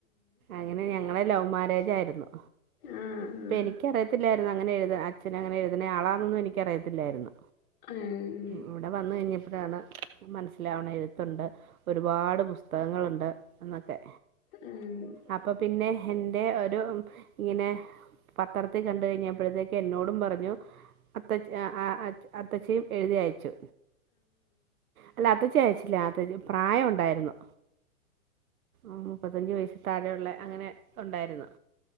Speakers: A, on the right (about 90°); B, on the left (about 45°).
A: അങ്ങനെ ഞങ്ങളെ ലവ് മാര്യേജ് ആയിരുന്നു.
B: ആഹ്
A: അപ്പൊ എനിക്കറിയത്തില്ലായിരുന്നു അങ്ങനെ എഴുത അച്ഛൻ അങ്ങനെ എഴുതണ ആളാന്നൊന്നും, എനിക്ക് അറിയത്തില്ലായിരുന്നു.
B: ആഹ്
A: ഇവിടെ വന്ന് കഴിഞ്ഞപ്പഴാണ് മനസ്സിലാവണെ എഴുത്തുണ്ട് ഒരുപാട് പുസ്തകങ്ങളുണ്ട് എന്നൊക്കെ
B: ആഹ് ആഹ്
A: അപ്പൊ പിന്നെ എൻ്റെ ഒരു ഇങ്ങനെ പത്രത്തി കണ്ട് കഴിഞ്ഞപ്പഴത്തേക്ക് എന്നോടും പറഞ്ഞു അത്തച്ച് ആഹ് ആഹ് അത് അത്തച്ചിയും എഴുതി അയച്ചു. അല്ല അത്തച്ചി അയച്ചില്ല അത്തച്ച് പ്രായം ഒണ്ടായിരുന്നു. ഉം മുപ്പത്തഞ്ച് വയസ്സി താഴെയൊള്ള അങ്ങനെ ഒണ്ടായിരുന്നു.